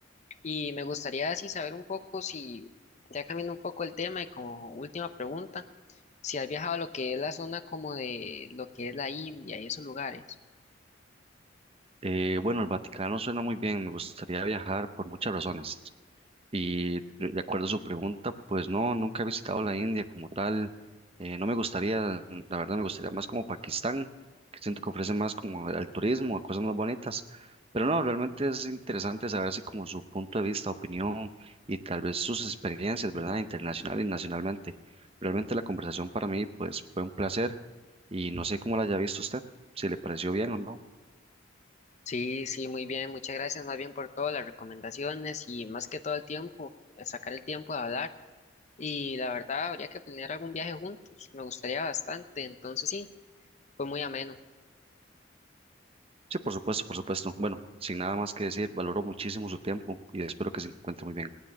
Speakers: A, on the left; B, on the right.
A: Y me gustaría así saber un poco si, ya cambiando un poco el tema y como última pregunta, si has viajado a lo que es la zona como de lo que es la India y esos lugares.
B: Eh, bueno, el Vaticano suena muy bien, me gustaría viajar por muchas razones. Y de de acuerdo a su pregunta, pues no, nunca he visitado la India como tal. Eh, no me gustaría, la verdad me gustaría más como Pakistán, que siento que ofrece más como al turismo, a cosas más bonitas. Pero no, realmente es interesante saber así como su punto de vista, opinión y tal vez sus experiencias, ¿verdad? Internacional y nacionalmente. Realmente la conversación para mí pues fue un placer y no sé cómo la haya visto usted, si le pareció bien o no.
A: Sí, sí, muy bien. Muchas gracias más bien por todas las recomendaciones y más que todo el tiempo, eh, sacar el tiempo de hablar. Y la verdad, habría que planear algún viaje juntos. Me gustaría bastante. Entonces, sí, fue muy ameno.
B: Sí, por supuesto, por supuesto. Bueno, sin nada más que decir, valoro muchísimo su tiempo y espero que se encuentre muy bien.